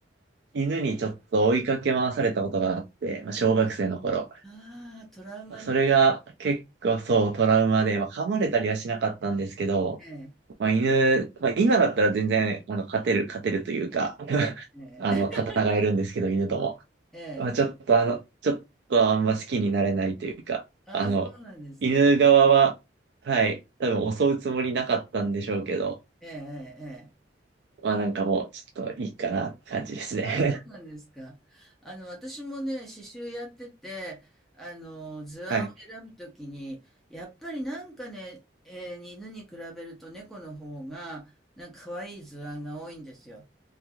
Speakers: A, on the right; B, in the centre.
A: 犬にちょっと追いかけ回されたことがあって、まあ、小学生の頃。
B: ああ、トラウマに。
A: それが結構そうトラウマで、まあ、噛まれたりはしなかったんですけど、
B: ええ、
A: まあ、犬、まあ、今だったら全然、あの、勝てる、勝てるというか、<laughs>
B: ええ、
A: あの、戦えるんですけど、
B: <laughs>
A: 犬とも。
B: ええ。
A: まあ、ちょっとあの、ちょっとあんま好きになれないというか、
B: ああ、
A: あの、
B: そうなんですね。
A: 犬側は、はい、多分襲うつもりなかったんでしょうけど、
B: ええ、ええ。ええ
A: まあなんかもう、ちょっといいかなって感じですね。
B: あ、そうなんですか。あの、私もね、刺繍やってて、あの、図案を選ぶときに、
A: <laughs> はい。
B: やっぱりなんかね、えー犬に比べると猫の方が、なんか可愛い図案が多いんですよ。